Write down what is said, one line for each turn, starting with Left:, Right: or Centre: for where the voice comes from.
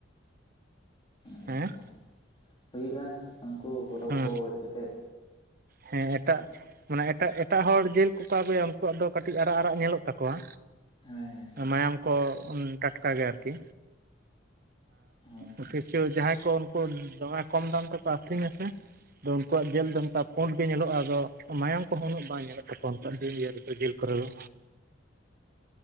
Left: ᱟᱪᱪᱷᱟ
Right: ᱦᱮᱸ
Left: ᱦᱩᱭᱩᱜᱼᱟ ᱩᱱᱠᱩ <unintelligible> ᱠᱚ
Right: ᱦᱮᱸ
Left: ᱜᱚᱡ ᱠᱟᱛᱮᱜ᱾
Right: ᱦᱮᱸ ᱮᱴᱟᱜ ᱢᱟᱱᱮ ᱮᱴᱟᱜ ᱮᱴᱟᱜ ᱦᱚᱲ ᱡᱮᱞ ᱠᱚᱠᱚ ᱟᱹᱜᱩᱭᱟ ᱩᱱᱠᱩᱣᱟᱜ ᱫᱚ ᱠᱟᱹᱴᱤᱡ ᱟᱨᱟᱜ ᱟᱨᱟᱜ ᱧᱮᱞᱚᱜ ᱛᱟᱠᱚᱣᱟ᱾
Left: ᱦᱮᱸ ᱦᱮᱸ
Right: ᱢᱟᱭᱟᱢ ᱠᱚ ᱴᱟᱴᱠᱟ ᱜᱮ ᱟᱨᱠᱤ,
Left: ᱦᱳᱭ
Right: ᱟᱸ ᱠᱤᱪᱷᱩ ᱡᱟᱦᱟᱸᱭ ᱠᱚ ᱩᱱᱠᱩ ᱫᱚᱢᱮ ᱠᱚᱢ ᱫᱟᱢ ᱛᱮᱠᱚ ᱟᱹᱠᱷᱨᱤᱧᱟ ᱥᱮ᱾ ᱟᱫᱚ ᱩᱱᱠᱩᱣᱟᱜ ᱡᱮᱞ ᱫᱚ ᱚᱱᱠᱟ ᱯᱩᱸᱰ ᱜᱮ ᱧᱮᱞᱚᱜᱼᱟ ᱟᱫᱚ ᱢᱟᱭᱟᱢ ᱠᱚᱦᱚ ᱩᱱᱟᱹᱜ ᱵᱟᱝ ᱧᱮᱞᱚᱜ ᱛᱟᱠᱚᱣᱟ᱾ <unintelligible> ᱡᱤᱞ ᱠᱚᱨᱮ ᱫᱚ᱾